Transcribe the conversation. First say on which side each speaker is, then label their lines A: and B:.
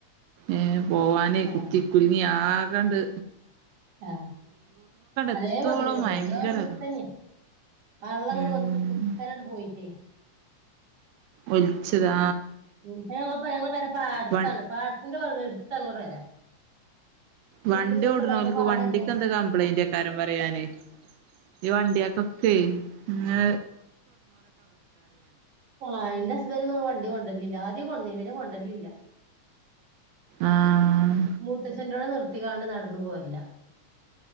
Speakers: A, on the right; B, on the right.
A: ഏ പോവാനേ
B: ആഹ്
A: കുത്തി കുലുങ്ങി ആകെ കണ്ട്
B: ആ.. അതേ
A: എത്തോളം
B: മാതിരിന്നെയാ ഇവിടെയും
A: ഭയങ്കര
B: ഇവിടെ
A: ഇതാ
B: <inaudible> വെള്ളമങ്ങോട്ട്
A: ഉം
B: വന്നിട്ട് കുത്തനെ അങ്ങോട്ട് പോയിട്ടേ
A: ഒലിച്ചതാ
B: മുന്നേ ഉള്ള ഞങ്ങടെ പെര പാടത്താണ്
A: വ
B: പാടത്തിന്റെ അടുത്താണ് ഞങ്ങടെ പെര
A: വണ്ടിഓടുണോലക്ക്
B: നെല്ല് ഇതൊക്കെ ഉണ്ടാക്കണ പാടല്ലേ
A: വണ്ടിക്ക് എന്താ കംപ്ലൈയിന്റ് കാര്യം പറയാനേ ഈ വണ്ടികൾ കൊക്കയേ ഏ..
B: ആ.. എന്റെ ഹസ്ബന്റോന്ന് വണ്ടി കൊണ്ടുവരലില്ല ആദ്യം കൊണ്ടന്നേ പിന്നെ കൊണ്ടരലില്ല
A: ആഹ്
B: മുത്തച്ഛന്റെ കൂടെ നിർ കാണ്ട് നടന്നു പോരില്ല